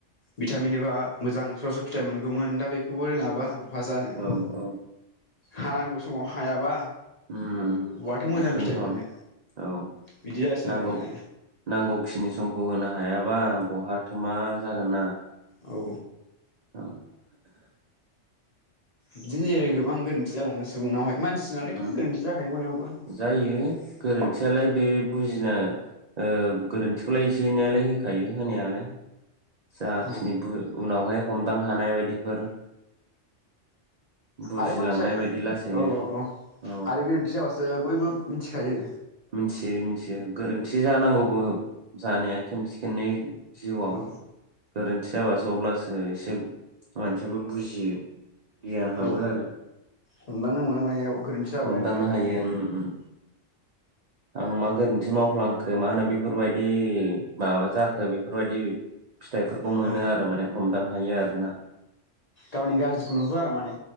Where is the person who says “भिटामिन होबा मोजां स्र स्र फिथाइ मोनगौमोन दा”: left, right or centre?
Left